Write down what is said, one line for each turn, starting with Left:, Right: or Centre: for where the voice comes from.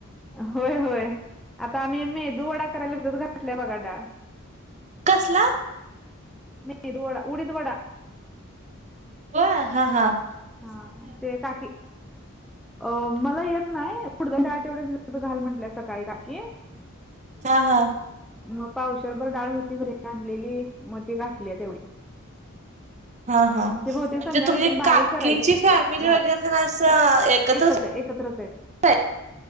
Centre: होय होय आता आम्ही मेदू वडा कराला, भिजत घातल्या बघा डाळ.
Right: कसला?
Centre: मेदुवडा उडीद वडा.
Right: होय हां हां.
Centre: हां ते काकी अं मला येत नाय उडदाची डाळ तेवढी भिजत घाल म्हंटल्या सकाळी काकी.
Right: हांहां
Centre: मग पावशरभर डाळ होती, घरी आणलेली म ती घातल्या तेवढी.
Right: हा हा म्हणजे
Centre: ते बहुतेक संध्याकाळी
Right: तुम्ही
Centre: ती बारीक
Right: का
Centre: करायची
Right: किंची फॅमिली
Centre: डाळ
Right: वगैरे तेन असं एकत्रच
Centre: एकच आहे एकत्रच
Right: <inaudible>